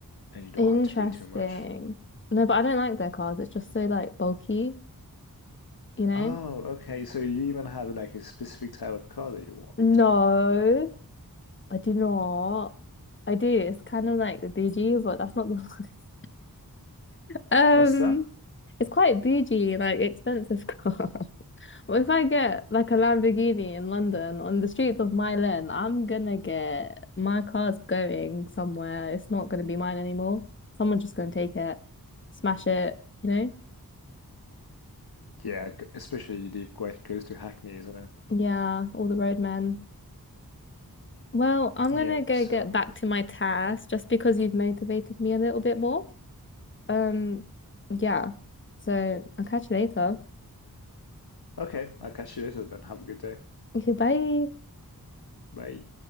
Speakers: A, on the left (about 80°); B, on the left (about 30°).
A: and you don't
B: interesting.
A: have to pay too much.
B: No, but I don't like their cars. It's just so like bulky, you know?
A: Oh, okay. So you even have like a specific type of car that you want.
B: No, I do not. I do. It's kind of like the BG, but that's not the <laughs> Um,
A: What's that?
B: it's quite bougie, like expensive car. <laughs> But if I get like a Lamborghini in London on the streets of Milan, I'm gonna get my car's going somewhere. It's not gonna be mine anymore. Someone's just gonna take it, smash it, you know?
A: Yeah, c- especially you live quite close to Hackney, isn't it?
B: Yeah, all the roadmen. Well, I'm
A: Yep.
B: gonna go
A: so
B: get back to my task just because you've motivated me a little bit more. Um, yeah. So I'll catch you later.
A: Okay, I'll catch you later then. Have a good day.
B: Okay, bye.
A: Bye.